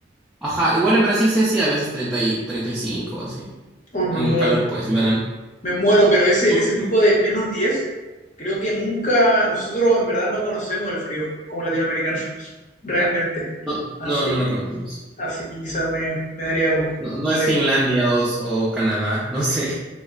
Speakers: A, in the centre; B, on the left.
A: ajá, igual en Brasil sí hacía a veces 30 y 35, así.
B: Uy, me
A: En
B: muero.
A: calor, pues, en verano.
B: me muero, pero ese,
A: <laughs>
B: ese tipo de menos 10 creo que nunca, nosotros en verdad no conocemos el frío como latinoamericanos, <laughs> realmente.
A: No,
B: Así
A: no, no,
B: que,
A: no conocemos.
B: así que quizás me, me daría algo.
A: No, no
B: Dale,
A: es Finlandia o, o Canadá, no sé.